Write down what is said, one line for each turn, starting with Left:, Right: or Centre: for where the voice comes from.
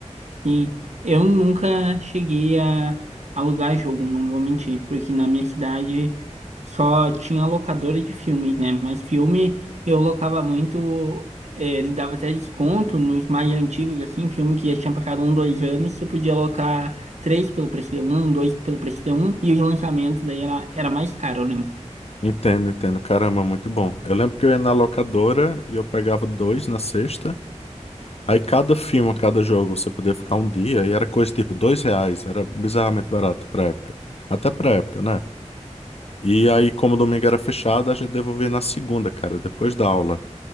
Right: Sim. Eu nunca cheguei a alugar jogo, não vou mentir, porque na minha cidade só tinha locadora de filmes, né? Mas filme eu locava muito, eh, ele dava até desconto nos mais antigos, assim, filme que já tinha passado um, dois anos, você podia alocar três pelo preço de um, dois pelo preço de um, e os lançamentos daí era, era mais caro, né?
Left: Entendo, entendo. Caramba, muito bom. Eu lembro que eu ia na locadora e eu pegava dois na sexta. Aí cada filme, cada jogo, você podia ficar um dia e era coisa tipo dois reais. Era bizarramente barato pra época. Até pra época, né? E aí, como o domingo era fechado, a gente devolvia na segunda, cara, depois da aula.